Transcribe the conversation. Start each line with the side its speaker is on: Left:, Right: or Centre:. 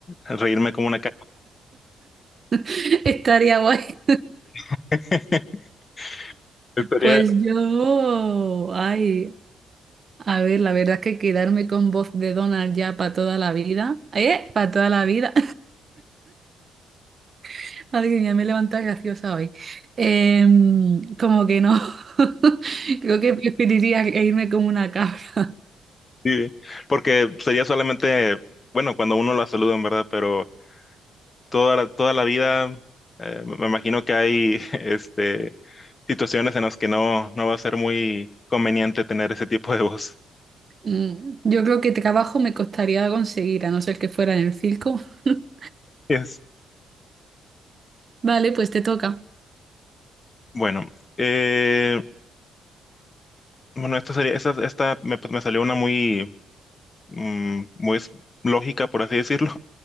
Left: reírme como una caca.
Right: <laughs> Estaría guay.
Left: <laughs> Estaría,
Right: Pues yo, ay, a ver, la verdad es que quedarme con voz de Donald ya para toda la vida, ¿eh? Para toda la vida. <laughs> Madre mía, me he levantado graciosa hoy. Em, como que no. <laughs> Creo que preferiría reírme como una cabra.
Left: sí, porque sería solamente, bueno, cuando uno la saluda, en verdad, pero toda la, toda la vida, eh, me imagino que hay, <laughs> este, situaciones en las que no, no va a ser muy conveniente tener ese tipo de voz.
Right: Mm, Yo creo que trabajo me costaría conseguir, a no ser que fuera en el circo. <laughs>
Left: Es,
Right: Vale, pues te toca.
Left: bueno, eh, bueno, esta sería, esta, esta me, me salió una muy, mm, muy lógica, por así decirlo.